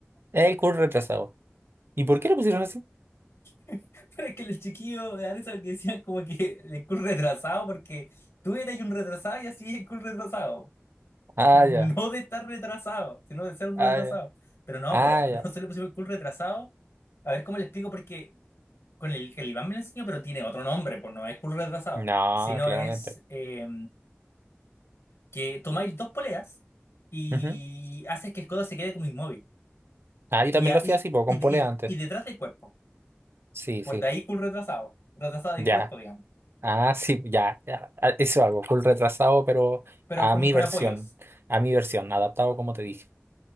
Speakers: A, on the right; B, on the left.
A: Es El curl retrasado. ¿Y por qué lo pusieron así?
B: <laughs> Pero es que el chiquillo me da risa porque decían como que el cool retrasado porque tú eras un retrasado y así el cool retrasado.
A: Ah,
B: No
A: ya,
B: de estar retrasado, sino de ser un
A: ah,
B: retrasado.
A: ya,
B: Pero no,
A: ah,
B: po,
A: ya.
B: no se le pusimos el cool retrasado. A ver cómo le explico, porque con el que el Iván me lo enseñó, pero tiene otro nombre, pues no es cool retrasado,
A: No,
B: sino
A: claramente.
B: es eh, que tomáis dos poleas y
A: Ujú.
B: haces que el codo se quede como inmóvil
A: Ah, yo
B: y,
A: también
B: a-
A: lo hacía
B: y,
A: así, po,
B: y,
A: con polea
B: y,
A: antes.
B: y detrás del cuerpo.
A: Sí,
B: Por
A: sí.
B: de ahí cool retrasado, retrasado del
A: Ya.
B: cuerpo, digamos,
A: Ah, sí, ya, ya, ah, eso hago, full retrasado, pero
B: pero
A: a
B: con,
A: mi
B: con
A: versión,
B: apoyos.
A: a mi versión, adaptado como te dije,